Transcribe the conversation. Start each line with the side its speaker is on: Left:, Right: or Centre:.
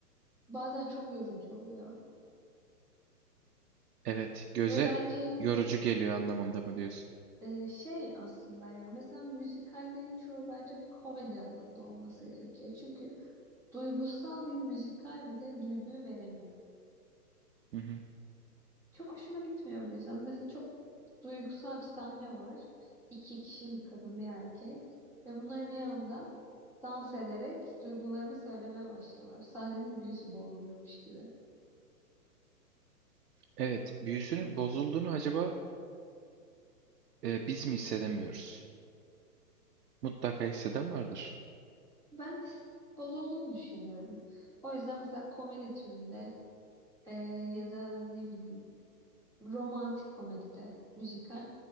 Centre: bazen çok yorucu oluyor.
Right: Evet, göze
Centre: Ve bence
Right: yorucu geliyor anlamında mı diyorsun?
Centre: e, şey aslında ya mesela müzikallerin çoğu bence komedi alanında olması gerekiyor. Çünkü duygusal bir müzikal bile duyguyu veremiyor.
Right: Hı hı.
Centre: Çok hoşuma gitmiyor bu yüzden. Mesela çok duygusal bir sahne var. İki kişi, bir kadın, bir erkek. Ve bunlar bir anda dans ederek duygularını söylemeye başlıyorlar. Sahnenin büyüsü bozuluyormuş gibi.
Right: Evet, büyüsünün bozulduğunu acaba e, biz mi hissedemiyoruz? Mutlaka hisseden vardır.
Centre: Ben his- bozulduğunu düşünüyorum. O yüzden mesela komedi türünde e, ya da ne bileyim romantik komedide müzikal